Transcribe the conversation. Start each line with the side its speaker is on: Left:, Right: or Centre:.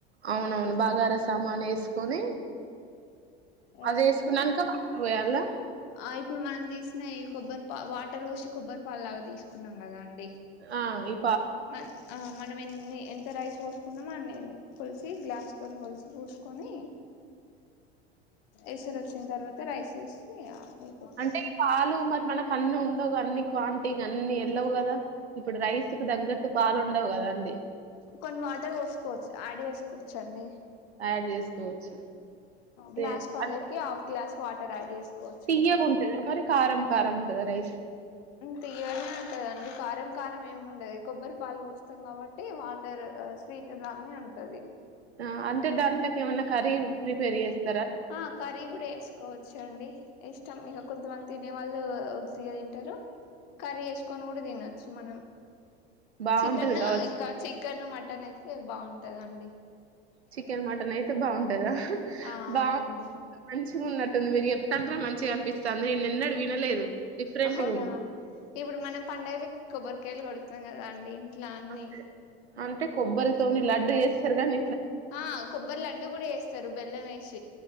Right: అవునవును బగారా సామాను వేసుకొని
Left: వేసుకొని
Right: అది వేసుకున్నాక పోయలా
Left: ఆ ఇప్పుడు మనం తీసిన ఈ కొబ్బరి పా వాటర్ వోస్ కొబ్బరి పాలు లాగా తీసుకున్నాం కదా అండి
Right: ఆ ఇ
Left: మ ఆ మ మనం ఎన్ని ఎంత రైస్ పోసుకున్నామో అన్ని కొలిసి గ్లాస్ తోని కోలిసి పోసుకొని ఎసర్ వచ్చిన తర్వాత రైస్ వేసి అయిపోతుందండి
Right: అంటే పాలు మరి మనకు అన్ని ఉండవు అన్ని క్వాంటీ అన్ని వెళ్ళవు కదా ఇప్పుడు రైస్ కి తగ్గట్టు పాలుండవు కదా అండి
Left: కొన్ని వాటర్ పోసుకోవచ్చు యాడ్ చేసుకోవచ్చండి.
Right: యాడ్ చేసుకోవచ్చు సేమ్
Left: గ్లాస్ పాలాకి
Right: అంటే
Left: హాఫ్ గ్లాస్ వాటర్ యాడ్ చేసుకోవచ్చండి
Right: తీయగా ఉంటద అ మరి కారం కారం ఉంటద రైస్
Left: తీయనే ఉంటదండి కారం కారం ఏమి ఉండదు కొబ్బరి పాలు పోస్తాం కాబట్టి వాటర్ స్వీట్ లానే ఉంటది
Right: ఆ అంటే దాంట్లోకి ఏమైన్నా కర్రీ ప్రిపేర్ చేస్త
Left: ఆ కర్రీ కూడా వేసుకోవచ్చు అండి ఇష్టం మీ కొంతమంది తినే వాళ్ళు వత్తిక తింటారు కర్రీ వేసుకొని కూడా తినొచ్చు మనం
Right: బాగుంటది
Left: చికెన్
Right: కావచ్చు
Left: ఇంకా చికెన్ మటన్ అయితే బాగుంటందండి
Right: చికెన్ మటన్ అయితే బాగుంటదా
Left: ఆ
Right: బా
Left: అవునండి
Right: మంచిగా ఉన్నట్టుంది మీరు చెప్తా అంటేనే మంచిగా అనిపిస్తది నేను నిన్నడు వినలేదు డిఫరెంట్గా
Left: అవునా
Right: ఉంది
Left: ఇప్పుడు మనం పండగలకి కొబ్బరికాయలు కొడతాం కదా అండి ఇంట్లా అన్ని
Right: అంతే అంటే కొబ్బరితోని లడ్డు చేస్తారు కాని
Left: ఆ కొబ్బరి లడ్డూ కూడా చేస్తారు బెల్లం వేసి